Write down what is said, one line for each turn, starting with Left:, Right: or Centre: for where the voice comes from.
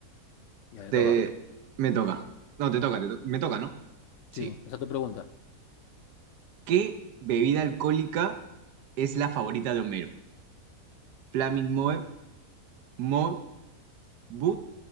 Left: Ya le
Right: Te,
Left: toca.
Right: me toca. No, te toca, te to- me toca, ¿no? Sí.
Left: Sí, esa es tu pregunta.
Right: ¿Qué bebida alcohólica es la favorita de Homero? ¿Flaming Moe, Moe, Boot